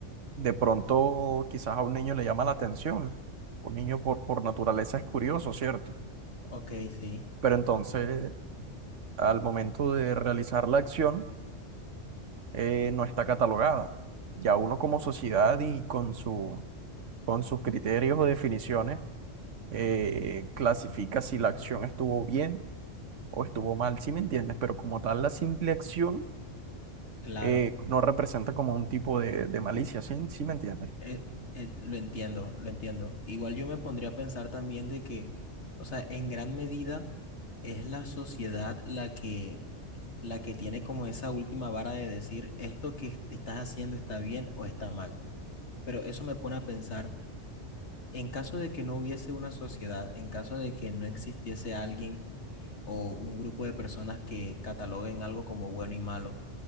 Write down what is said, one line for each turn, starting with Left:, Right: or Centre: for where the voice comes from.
Right: de pronto quizás a un niño le llama la atención. Un niño por, por naturaleza es curioso, ¿cierto?
Left: ok, sí,
Right: Pero entonces al momento de realizar la acción eh, no está catalogada. Ya uno como sociedad y con su, con sus criterios o definiciones eh, clasifica si la acción estuvo bien o estuvo mal, sí me entiendes, pero como tal la simple acción
Left: claro,
Right: eh, no representa como un tipo de, de malicia, ¿sí? ¿Sí me entiendes?
Left: Eh, eh, lo entiendo, lo entiendo. Igual yo me pondría a pensar también de que, o sea, en gran medida es la sociedad la que, la que tiene como esa última vara de decir esto que est- estás haciendo está bien o está mal. Pero eso me pone a pensar, en caso de que no hubiese una sociedad, en caso de que no existiese alguien o un grupo de personas que cataloguen algo como bueno y malo,